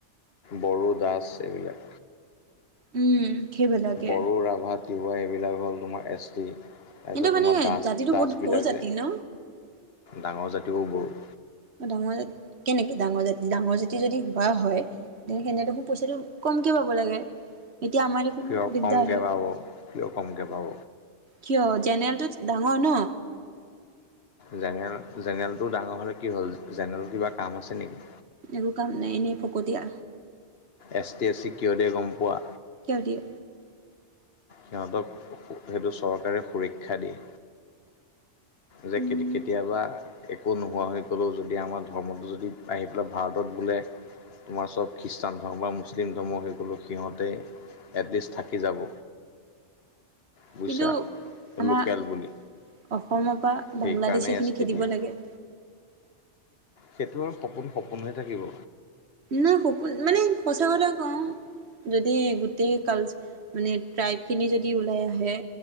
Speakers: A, on the left (about 60°); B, on the right (about 65°).
A: বড়ো, দাস এইবিলাক।
B: উম। সেইবিলাকে
A: বড়ো, ৰাভা, তিৱা এইবিলাক হ'ল তোমাৰ এছ টি। তাৰপিছত
B: কিন্তু মানে
A: তোমাৰ দাস-দাসবিলাক
B: জাতিটো বহুত সৰু জাতি
A: যে,
B: ন
A: ডাঙৰ জাতীয় বৰো।
B: ডাঙৰ জাত, কেনেকে ডাঙৰ জাতি? ডাঙৰ জাতি যদি হোৱা হয়, দে হেনে দেখোন পইছাটো কমকে পাব লাগে। এতিয়া আমাৰ
A: কিয়
B: দিগদাৰ
A: কমকৈ
B: হয়
A: পাব! কিয় কমকৈ পাব?
B: কিয়? জেনেলটোত ডাঙৰ ন?
A: জেনেৰেল জেনেৰেলটো ডাঙৰ হ'লে কি হ'ল? জেনেৰেল কিবা কাম আছে নেকি?
B: একো কাম নাই। এনেই ফকতীয়া।
A: এছ টি, এছ চি কিয় দিয়ে গম পোৱা?
B: কিয় দিয়ে?
A: সিহঁতক সেইটো চৰকাৰে সুৰক্ষা দিয়ে। যে
B: উম
A: কে-কেতিয়াবা একো নোহোৱা হৈ গ'লেও যদি আমাৰ ধৰ্মটো যদি আহি পেলাই ভাৰতত বোলে তোমাৰ চব খ্ৰীষ্টান ধৰ্ম বা মুছলিম ধৰ্ম সকলো সিহঁতেই। এটলিষ্ট থাকি যাব। বুজিছা
B: কিন্তু আমাৰ
A: লোকেল বুলি
B: অসমৰ পৰা
A: সেইকাৰণে
B: বাংলাদেশী
A: এছ
B: খিনি
A: টি
B: খেদিব
A: দিয়ে
B: লাগে।
A: সেইটো আৰু সপোন, সপোন হৈয়ে থাকিব।
B: নাই সপোন, মানে সঁচা কথা কওঁ, যদি গোটেই কাল মানে ট্ৰাইবখিনি যদি ওলাই আহে,